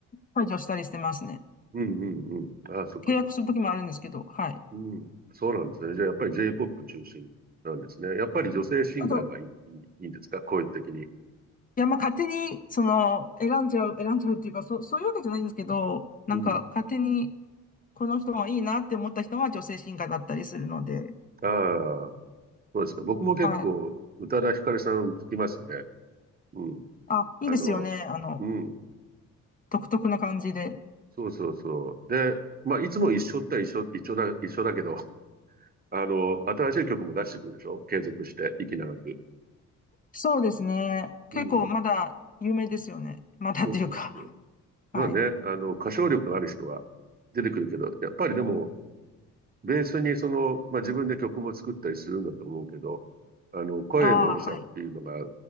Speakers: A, on the left; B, on the right.
A: 解除したりしてますね。
B: うんうんうん。ああ、そっかそっか。
A: 契約するときもあるんですけど、はい。
B: うん。そうなんですね。じゃあやっぱり J-POP 中心なんですね。やっぱり女性シンガーがいい、
A: あと、
B: いいいいんですか声的に。
A: いや、まあ、勝手に、その、選んじゃう、選んじゃうっていうか、そ、そういうわけじゃないんですけど、なんか、
B: うん。
A: 勝手に、この人がいいなって思った人は女性シンガーだったりするので、
B: ああ、そうですか。僕も結構、
A: はい。
B: 宇多田ヒカルさん聞きますね。うん。
A: あ、いいですよね。
B: あの、
A: あの、
B: うん。
A: 独特な感じで。
B: そうそうそう。で、まあ、いつも一緒って一緒、一緒だ、一緒だけど、<laughs> あの、新しい曲も出してくるでしょ継続して、息長く。
A: そうですね。結構まだ有名ですよね。
B: うん。
A: まだっていうか、
B: そうそうそう。
A: <laughs> はい。
B: まあね、あの、歌唱力のある人は出てくるけど、やっぱりでも、ベースにその、まあ、自分で曲も作ったりするんだと思うけど、あの、声の良さっていうのが
A: ああ、はい。